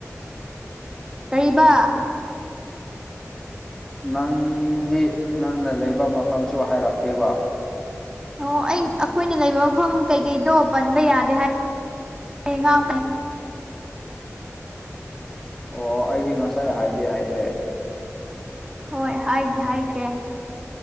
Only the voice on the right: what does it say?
ꯀꯔꯤꯕ
ꯑꯣ ꯑꯩ ꯑꯩꯈꯣꯏꯅ ꯂꯩꯕ ꯃꯐꯝ ꯀꯩꯀꯩꯗꯣ ꯄꯟꯕ ꯌꯥꯗꯦ ꯍꯥꯏ ꯉꯥꯡꯃꯦ
ꯍꯣꯏ ꯍꯥꯏꯗꯤ ꯍꯥꯏꯈ꯭ꯔꯦ